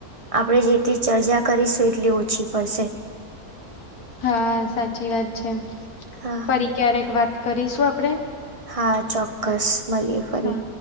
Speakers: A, on the right (about 25°); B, on the left (about 80°).
A: આપણેે જેટલી ચર્ચા કરીશું એટલી ઓછી પડશે.
B: હા સાચી વાત છે.
A: હા
B: ફરી ક્યારેક વાત કરીશું આપણે.
A: હા ચોક્કસ મલીએ ફરી.
B: હા.